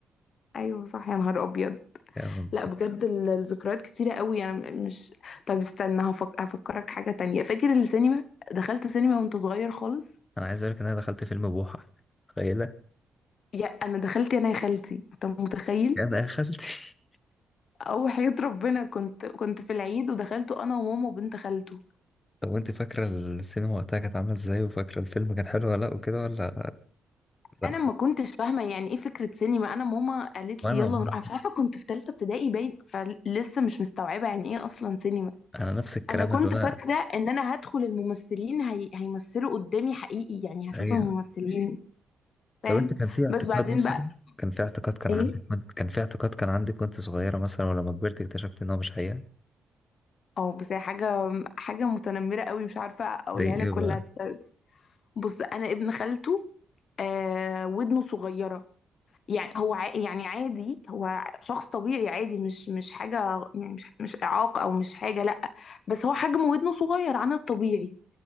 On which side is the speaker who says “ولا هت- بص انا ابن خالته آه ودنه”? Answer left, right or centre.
Left